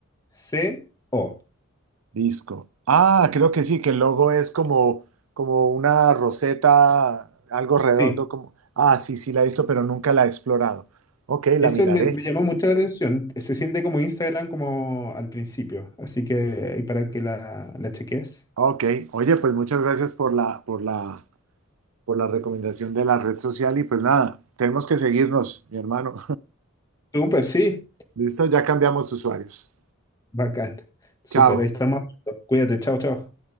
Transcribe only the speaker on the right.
disco. Ah, creo que sí, que el logo es como, como una roseta, algo redondo,
como. Ah, sí, sí, la he visto, pero nunca la he explorado. Ok, la
miraré.
Ok, oye, pues muchas gracias por la, por la, por la recomendación de la red social y pues nada, tenemos que seguirnos, mi hermano.
Listo, ya cambiamos usuarios.
Chao.